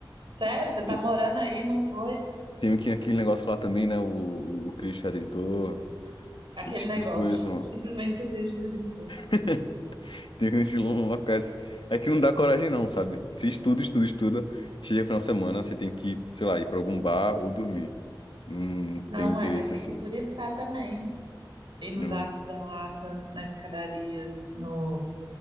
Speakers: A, on the right; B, on the left.
A: Sério? Você tá
B: Tem,
A: morando aí e não foi?
B: tem aqui aquele negócio lá também, né? O, o Cristo Redentor.
A: Aquele
B: Esse tipo
A: negócio.
B: de coisa, mano.
A: Simplesmente o Cristo Redentor.
B: <laughs> Tem que conhecer locais. É que não dá coragem, não, sabe? Você estuda, estuda, estuda. Chega no final de semana, você tem que, sei lá, ir pra algum bar ou dormir. Não
A: Não,
B: tenho interesse
A: uai, mas tem
B: assim.
A: que turistar também. Ir nos
B: Eu não.
A: arcos da Lapa, na escadaria, no,